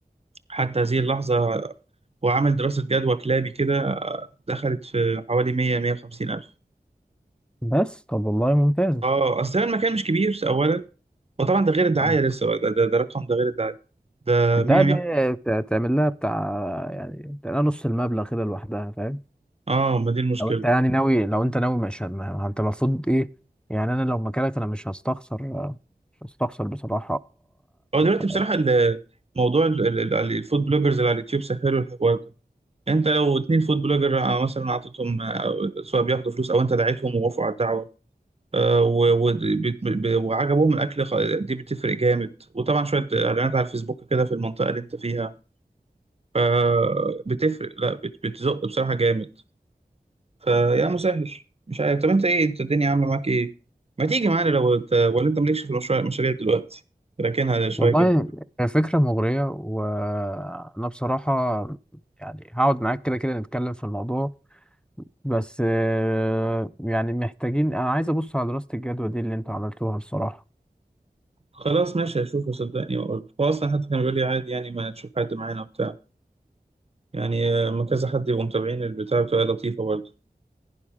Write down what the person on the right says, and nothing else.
حتى هذه اللحظة وعمل دراسة جدوى كلابي كده دخلت في حوالي 100 150 ألف
اه اصل المكان مش كبير اولا وطبعا ده غير الدعاية
لسه بقى، ده, ده, ده رقم ده غير الدعاية ده
100
100
اه ما دي المشكلة
هو دلوقتي
بصراحة ال- موضوع ال- ال- ال- الفود بلوجرز اللي على اليوتيوب سهلوا الحوار ده انت لو اتنين فود بلوجر مثلا اعطيتهم آه، سواء بياخدوا فلوس او انت دعيتهم ووافقوا على الدعوه آه، و- و- بت- ب- وعجبهم الاكل خ- دي بتفرق جامد وطبعا شويه اعلانات على الفيسبوك كده في المنطقه اللي انت فيها آه، بتفرق لا بت- بتزق بصراحه جامد فيا مسهل مش عارف طب انت ايه انت الدنيا عامله معاك ايه ما تيجي معانا لو انت ولا انت مالكش في المشروع المشاريع دلوقتي راكنها شويه
كده
خلاص ماشي هشوفه صدقني واقول هو اصلا حتى كان بيقول لي عادي يعني ما تشوف حد معانا وبتاع يعني آه، ما كذا حد يبقوا متابعين البتاع بتبقى لطيفة برضه